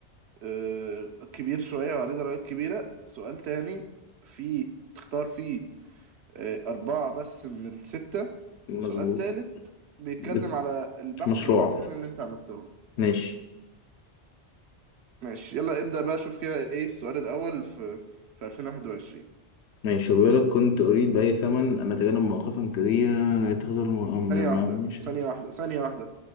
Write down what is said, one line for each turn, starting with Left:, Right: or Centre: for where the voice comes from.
Right: آه، كبير شوية وعليه درجات كبيرة سؤال تاني في تختار فيه آه، أربعة بس من الستة
Left: مظبوط
Right: وسؤال تالت بيتكلم
Left: بت-
Right: على البحث
Left: مشروع
Right: من البحثين اللي أنت عملتهم
Left: ماشي
Right: ماشي يلا ابدأ بقى شوف كده إيه السؤال الأول في في 2021
Left: ماشي بيقول لك كنت اريد باي ثمن ان اتجنب مواقفا كثيره يتخذ الم...
Right: ثانية
Left: من
Right: واحدة
Left: الم... مش-
Right: ثانية واحدة ثانية واحدة